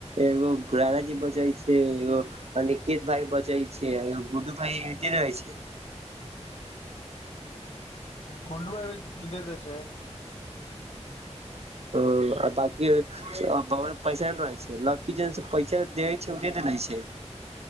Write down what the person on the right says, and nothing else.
एगो गाना जी बचै छै एगो अनिकेत भाय बजै छै एगो गुड्डू भाई एत्ते रहै छै
ओ आ बाकी ब पैसा रहै छै लकड़ी जन पैसा देै छै ओ दे देे छै